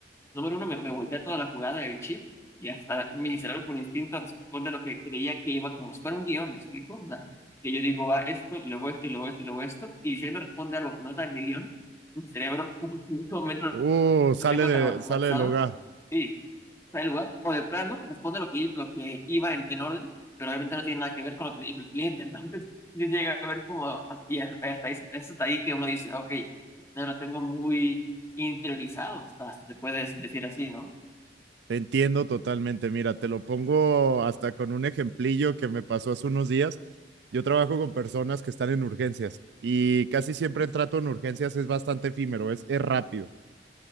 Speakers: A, on the left; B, on the right.
A: Número uno, me, me voltea toda la jugada del chip y hasta mi cerebro por instinto responde a lo que creía que iba como si fuera un guión, ¿me explico? O sea, que yo digo, va esto y luego esto y luego esto y luego esto, y si él me responde algo que no está en mi guión, mi cerebro <laughs> en este momento
B: Uh, sale
A: lo tengo
B: de,
A: tan automatizado
B: sale del hogar.
A: y está en el lugar, o de plano responde lo que, i- lo que iba en, en orden, pero obviamente no tiene nada que ver con lo que le dijo el cliente, <laughs> entonces yo llega a ver como, y hasta, hasta ahí, es hasta ahí que uno dice, ok, ya lo tengo muy interiorizado, hasta hasta se puede decir así, ¿no?
B: Te entiendo totalmente. Mira, te lo pongo hasta con un ejemplillo que me pasó hace unos días. Yo trabajo con personas que están en urgencias y casi siempre
A: Ujú,
B: el trato en urgencias es bastante efímero, es, es rápido.